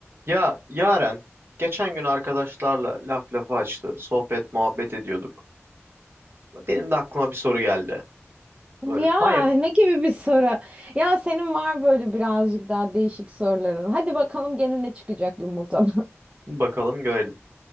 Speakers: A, on the right (about 50°); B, on the right (about 25°).
A: Ya Yaren, geçen gün arkadaşlarla laf lafı açtı. Sohbet muhabbet ediyorduk. Benim de aklıma bir soru geldi. Böyle
B: Ya
A: baya
B: ne gibi bir soru? Ya senin var böyle birazcık daha değişik soruların. Hadi bakalım gene ne çıkacak yumurtadan.
A: bakalım görelim.